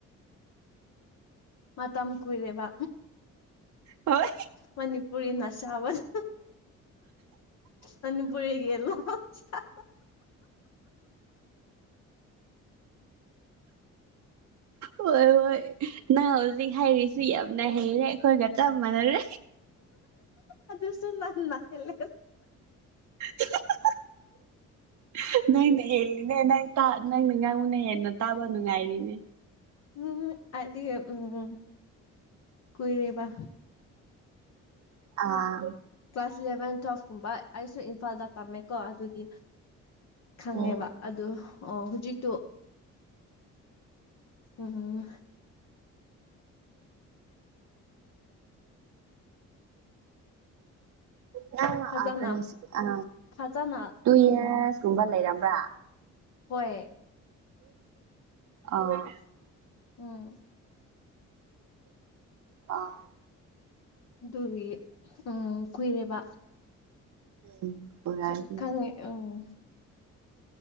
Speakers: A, on the left; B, on the right.
A: ꯃꯇꯝ ꯀꯨꯏꯔꯦꯕ
B: ꯍꯣꯏ
A: ꯃꯅꯤꯄꯨꯔꯤꯅ ꯁꯥꯕꯅꯦ ꯃꯅꯤꯄꯨꯔꯤꯒꯤ ꯂꯣꯟ ꯁꯥꯕ
B: ꯍꯣꯏ ꯍꯣꯏ ꯅꯪ ꯍꯧꯖꯤꯛ ꯍꯥꯏꯔꯤꯁꯤ ꯌꯥꯝꯅ ꯍꯩꯔꯦ ꯑꯩꯈꯣꯏꯒ ꯆꯞ ꯃꯥꯟꯅꯔꯦ
A: ꯑꯗꯨꯁꯨ ꯅꯪꯅ ꯍꯦꯜꯂꯦ
B: <inaudible> ꯅꯪꯅ ꯍꯦꯜꯂꯤꯅꯦ ꯅꯪ ꯇ ꯅꯪꯅ ꯉꯥꯡꯕꯅ ꯍꯦꯟꯅ ꯇꯥꯕ ꯅꯨꯡꯉꯥꯏꯔꯤꯅꯦ
A: ꯎꯝ ꯑꯥꯗꯤ ꯎꯝ ꯀꯨꯏꯔꯦꯕ
B: ꯑꯥ
A: ꯀ꯭ꯂꯥꯁ ꯏꯂꯚꯦꯟ ꯇꯨꯋꯦꯜꯐ ꯀꯨꯝꯕ ꯑꯩꯁꯨ ꯏꯝꯐꯥꯜꯗ ꯇꯝꯃꯦꯀꯣ ꯑꯗꯨꯒꯤ ꯈꯪꯉꯦꯕ
B: ꯎꯝ
A: ꯑꯗꯨ ꯑꯣ ꯍꯧꯖꯤꯛꯇꯣ ꯎꯪ
B: ꯅꯪ
A: ꯐꯖꯅ
B: ꯑ ꯀꯔꯤ ꯑ
A: ꯐꯖꯅ
B: ꯇꯨ
A: ꯎꯝ
B: ꯏꯌ꯭ꯔꯁꯀꯨꯝꯕ ꯂꯩꯔꯝꯕ꯭ꯔꯥ
A: ꯍꯣꯏ
B: ꯑ
A: ꯎꯝ
B: ꯑꯥ
A: ꯑꯗꯨꯒꯤ ꯎꯝ ꯀꯨꯏꯔꯦꯕ
B: ꯎꯝ ꯄꯨꯔꯥꯗꯤ
A: ꯈꯪ ꯈꯪꯉꯦ ꯎꯝ